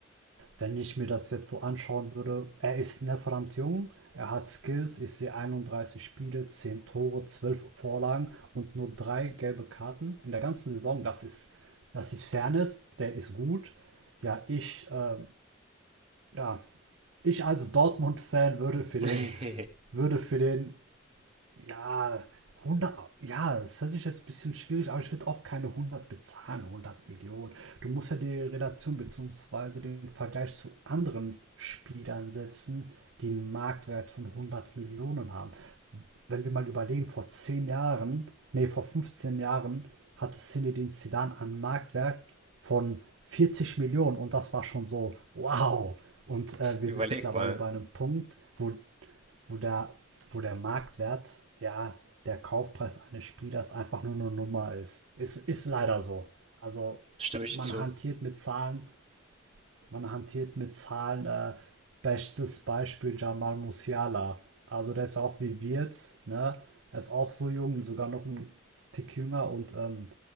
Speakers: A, on the right (about 75°); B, on the right (about 30°).
A: wenn ich mir das jetzt so anschauen würde, er ist ne, verdammt jung, er hat Skills, ich sehe 31 Spiele, 10 Tore, 12 Vorlagen und nur drei gelbe Karten in der ganzen Saison. Das ist, das ist Fairness, der ist gut. Ja, ich, äh, ja, ich als Dortmund-Fan würde für den,
B: <laughs>
A: würde für den ja, hundert. ja, das hört sich jetzt ein bisschen schwierig, aber ich würde auch keine hundert bezahlen, hundert Millionen. Du musst ja die Relation bzw. den Vergleich zu anderen Spielern setzen, die einen Marktwert von hundert Millionen haben wenn wir mal überlegen, vor 10 Jahren, nee, vor 15 Jahren hatte Zinedine Zidane einen Marktwert von 40 Millionen und das war schon so, wow. Und äh, wir
B: Überleg
A: sind mittlerweile
B: mal.
A: bei einem Punkt, wo, wo, der, wo der Marktwert, ja, der Kaufpreis eines Spielers einfach nur eine Nummer ist. Ist, ist leider so. Also
B: Stimme ich
A: man
B: dir zu.
A: hantiert
B: <laughs>
A: mit Zahlen, man hantiert mit Zahlen. Äh, bestes Beispiel Jamal Musiala. Also der ist ja auch wie Wirtz, ne? Er ist auch so jung, sogar noch ein Tick jünger und ähm,